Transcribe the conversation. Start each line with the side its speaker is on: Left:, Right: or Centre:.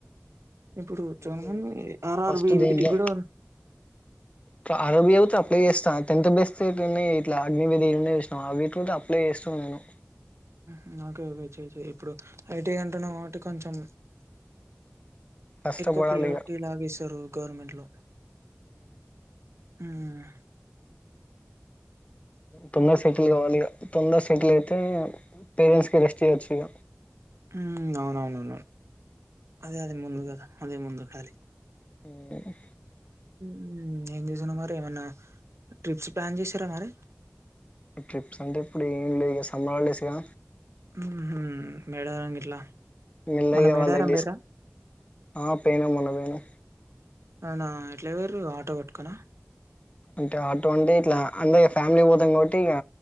Right: ఇప్పుడు చాలా
Left: ఏంది
Right: మంది ఆర్ఆర్బి
Left: ఫస్ట్ దేంట్లో
Right: వీటికి కూడా
Left: కా ఆడ పోయి అప్లై చేస్తా టెన్త్ బేస్ చేసుకొని ఇట్లా అగ్నివేదయిేినాం ఇవి ఉన్నాయి చూస్నవ అవి కూడా అప్లై చేస్తున్న నేను
Right: హుమ్మ్ ఒకే ఒకే చేయి చేయి ఇప్పుడు ఐటీ అంటునవ్ కాబట్టి కొంచెం
Left: కష్టపడాలి
Right: ఎక్కువ ప్రయారిటీ
Left: ఇక
Right: లాగస్తారు గవర్నమెంట్ లో ఉమ్మ్
Left: తొందర సెటిల్ కావాలి ఇగ తొందర సెటిల్ అయితే పేరెంట్స్‌కి రెస్ట్ ఇయ్యొచ్చు ఇగ
Right: ఉమ్మ్ అవునవునవునవును అదే అదే ముందు కదా అదే ముందు ఖాలీ
Left: ఉమ్మ్
Right: ఉమ్మ్ ఏంచేస్తునవ్ మరి ఏమన్నా ట్రిప్స్ ప్లాన్ చేసారా మరి
Left: ట్రిప్స్ అంటే ఇప్పుడు ఏంలే ఇగ సమ్మర్ హాలిడేస్ గా
Right: మ్మ్ ఉహ్మ్ మేడారం గిల్లా
Left: మెల్లగా
Right: మొన్న మేడారం
Left: వాళ్ళ డిస్
Right: పోయిండ్రా
Left: ఆ పోయినం మొన్న పోయినాం
Right: అవునా ఎట్లా పోయిర్రు ఆటో పట్టుకొనా
Left: అంటే ఆటో అంటే ఇట్లా అందరి ఫ్యామిలీ పోతాం కాబట్టి ఇగ